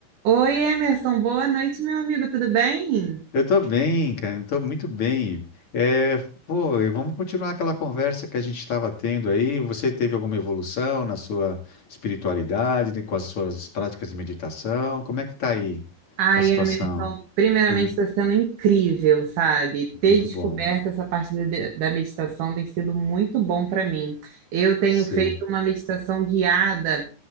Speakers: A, on the right; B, on the left.
A: Oi, Emerson, boa noite, meu amigo, tudo bem?
B: Eu tô bem, cara. Eu tô muito bem. É, pô, e vamos continuar aquela conversa que a gente estava tendo aí. Você teve alguma evolução na sua espiritualidade, né, com as suas práticas de meditação? Como é que tá aí
A: Ai,
B: a situação?
A: Emerson, primeiramente
B: Aham,
A: está sendo incrível, sabe? Ter
B: Muito
A: descoberto
B: bom.
A: essa parte da da meditação tem sido muito bom para mim. Eu tenho
B: Sei.
A: feito uma meditação guiada